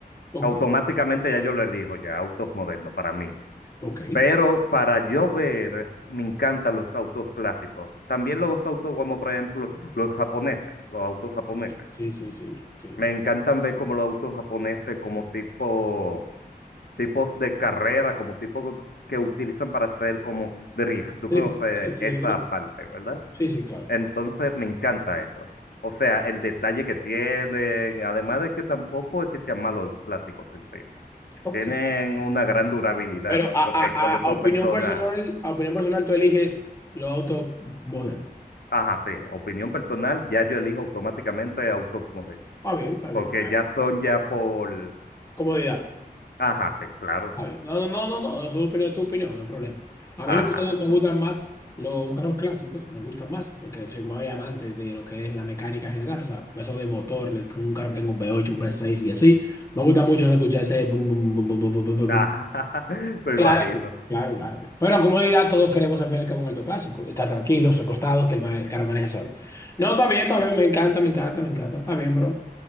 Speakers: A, on the left; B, on the left.
A: Ok,
B: Automáticamente ya yo lo elijo, ya autos modernos para mí.
A: ok,
B: Pero para yo ver, me encantan los autos clásicos. También los autos como, por ejemplo, los japoneses, los autos japoneses.
A: Sí, sí, sí, sí. sí.
B: Me encantan ver como los autos japoneses como tipo tipos de carrera, como tipos que utilizan para hacer como drift. Tú
A: Drifting.
B: conoces
A: Sí, sí,
B: esa
A: un drifting.
B: parte, ¿verdad?
A: Sí, sí, claro.
B: Entonces me encanta eso. O sea, el detalle que tienen, además de que tampoco es que sean malos los plásticos en sí.
A: ok.
B: Tienen una gran durabilidad,
A: Pero a,
B: porque
A: a-
B: conozco
A: a- a opinión
B: personas,
A: personal, a opinión personal, tú eliges los autos modernos.
B: ajá, sí, opinión personal, ya yo elijo automáticamente autos modelo,
A: Está bien, está
B: porque
A: bien.
B: ya son ya por,
A: Comodidad.
B: ajá, sí, claro,
A: ¿sabes? No, no, no, no, no, su opinión es tu opinión, no hay problema. A
B: ajá,
A: mí en lo personal me gustan más los carros clásicos, me gustan más porque soy muy amante de lo que es la mecánica general, o sea, eso de motor, de que un carro tenga un v ocho un v seis y así. Me gusta mucho escuchar ese... bum, bum, bum, bum, bum, bum, bum, bum,
B: ajá,
A: bum.
B: <laughs> me
A: Claro,
B: imagino,
A: claro, claro. claro. Pero en comodidad todos queremos al fin y al cabo un auto clásico, estar tranquilos, recostados, que el, ma- el carro maneje solo. No, está bien, está bien, me encanta, me encanta, me encanta, está bien, bro.